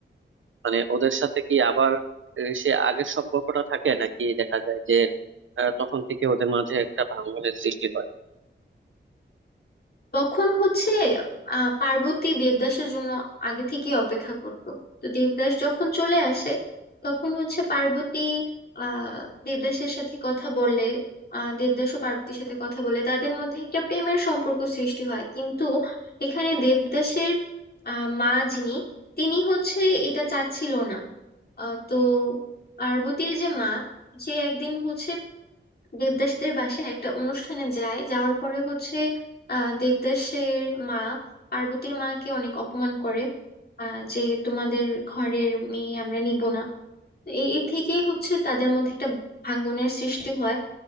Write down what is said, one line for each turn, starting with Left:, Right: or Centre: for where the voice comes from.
Right: মানে ওদের সাথে কি আবার আহ, সে আগের সম্পর্কটা থাকে নাকি দেখা যায় যে আহ, তখন থেকে ওদের মাঝে একটা ভাঙ্গনের সৃষ্টি হয়
Left: তখন হচ্ছে আহ পার্বতী দেবদাসের জন্য আগে থেকেই অপেক্ষা করত তো দেবদাস যখন চলে আসে তখন হচ্ছে পার্বতী আহ দেবদাসের সাথে কথা বলে আহ দেবদাস ও পার্বতীর সাথে কথা বলে তাদের মধ্যে একটা প্রেমের সম্পর্ক সৃষ্টি হয় কিন্তু এখানে দেবদাসের আহ মা যিনি তিনি হচ্ছে এটা চাচ্ছিল না আহ, তো পার্বতীর যে মা সে একদিন হচ্ছে দেবদাসদের বাসায় একটা অনুষ্ঠানে যায় যাওয়ার পরে হচ্ছে আহ দেবদাসের মা পার্বতীর মাকে অনেক অপমান করে আহ যে তোমাদের ঘরের মেয়ে আমরা নিব না তো এই এ থেকেই হচ্ছে তাদের মধ্যে একটা ভাঙ্গনের সৃষ্টি হয়